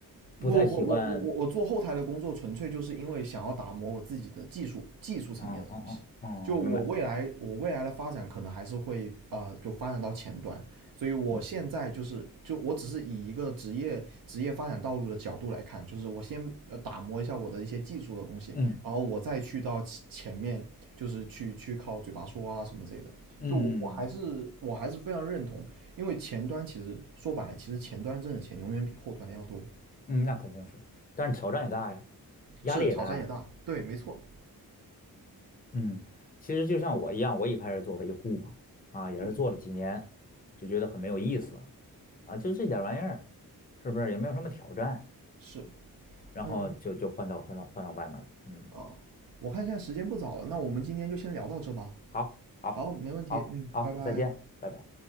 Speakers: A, on the right; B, on the left.
A: 不不，
B: 不太喜欢，
A: 不，我我我我做后台的工作，纯粹就是因为想要打磨我自己的技术技术层面的东西。
B: 嗯嗯嗯
A: 就我未来我未来的发展，
B: 嗯，明白，
A: 可能还是会呃，就发展到前端。所以我现在就是就我只是以一个职业职业发展道路的角度来看，
B: 嗯
A: 就是我先呃打磨一下我的一些技术的东西，
B: 嗯
A: 然后我再去到其前面，就是去去靠嘴巴说啊什么之类的。
B: 嗯
A: 就我我还是我还是非常认同，因为前端其实说白了，其实前端挣的钱永远比后端的要多。
B: 嗯，那肯定是，但是挑战也大呀，压力也大呀，
A: 是挑战也大，对，没错，
B: 嗯，其实就像我一样，我一开始做维护嘛，啊，也是做了几年，
A: 对，
B: 就觉得很没有意思了，啊，就这点玩意儿，是不是也没有什么挑战，
A: 是，
B: 然后就就换到换到换到外面了，
A: 嗯，
B: 嗯，
A: 啊，我看现在时间不早了，那我们今天就先聊到这吧。
B: 好，好，
A: 好，没问题，
B: 好，
A: 嗯，
B: 好，
A: 拜拜。
B: 再见，拜拜。